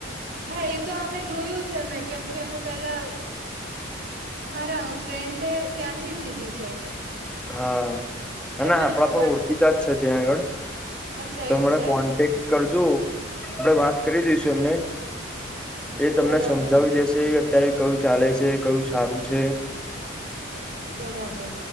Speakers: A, on the right; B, in the centre.
A: હા એ તો અમે જોયું છે મે કેમ કે અમે પેલા મારા ફ્રેન્ડે ત્યાંથી જ લીધી છે
B: હા
A: એટલે
B: અને
A: મને
B: આપડા
A: ખબર
B: પણ ઓળખીતા જ છે ત્યાં આગળ
A: અચ્છા
B: તો
A: એવું
B: મને
A: છે એમ
B: કોન્ટેક્ટ કરજો આપડે વાત કરી દઈશું એમને એ તમને
A: બરાબર
B: સમજાવી દેશે એ અત્યારે કયું ચાલે છે કયું સારું છે
A: બરાબર